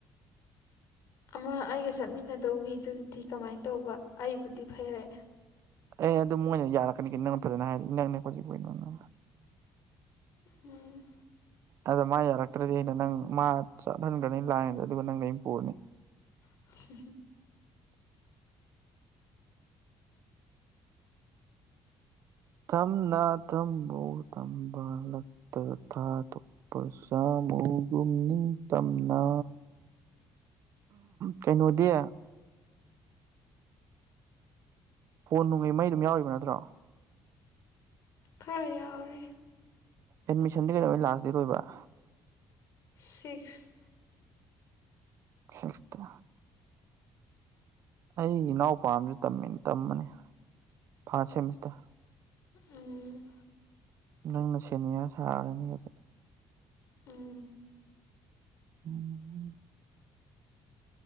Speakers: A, on the left; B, on the right.
A: ꯑꯃ ꯑꯩꯒ ꯆꯠꯃꯤꯟꯅꯗꯧ ꯃꯤꯗꯨꯅꯗꯤ ꯀꯃꯥꯏꯅ ꯇꯧꯕ ꯑꯩꯕꯨꯗꯤ ꯐꯩꯔꯦ
B: ꯑꯦ ꯑꯗꯨ ꯃꯣꯏꯅ ꯌꯥꯔꯛꯀꯅꯤ ꯀꯩꯅꯣ ꯅꯪꯅ ꯐꯖꯅ ꯍꯥꯏꯔꯗꯤ ꯏꯅꯛ ꯅꯛꯄꯁꯤꯕꯨ ꯀꯩꯅꯣꯅ
A: ꯎꯝ
B: ꯑꯗ ꯃꯥ ꯌꯥꯔꯛꯇ꯭ꯔꯗꯤ ꯑꯩꯅ ꯅꯪ ꯃꯥ ꯆꯠꯍꯟꯈ꯭ꯔꯅꯤ ꯂꯥꯏꯟꯗ ꯑꯗꯨꯒ ꯅꯪꯅ ꯑꯩꯅ ꯄꯨꯔꯅꯤ
A: <unintelligible>
B: ꯊꯝꯅꯥ ꯊꯝꯕꯧ ꯊꯝꯕꯥꯜ ꯂꯛꯇ ꯊꯥꯗꯣꯛ ꯄ ꯁꯥꯃꯨꯒꯨꯝ ꯅꯤꯡꯇꯝꯅ ꯀꯩꯅꯣꯗꯤ ꯐꯣꯟ ꯅꯨꯡꯉꯩ ꯃꯩ ꯑꯗꯨꯝ ꯌꯥꯎꯔꯤꯕ ꯅꯠꯇ꯭ꯔꯣ
A: ꯈꯔ ꯌꯥꯎꯔꯤ
B: ꯑꯦꯠꯃꯤꯁꯟꯗꯤ ꯀꯩꯗꯧꯉꯩ ꯂꯥꯁ ꯗꯦꯠ ꯑꯣꯏꯕꯥ
A: ꯁꯤꯛꯁ
B: ꯁꯤꯛꯁꯇꯥ ꯑꯩꯒꯤ ꯏꯅꯥꯎꯄꯥ ꯑꯃꯁꯨ ꯇꯝꯃꯤ ꯇꯝꯕꯅꯤ ꯐꯥꯔꯁ ꯁꯦꯃꯤꯁꯇꯔ
A: ꯎꯝ
B: ꯅꯪꯅ ꯁꯦꯅꯤꯌꯔ ꯁꯥꯔꯅꯤ ꯍꯧꯖꯤꯛ
A: ꯎꯝ
B: <unintelligible>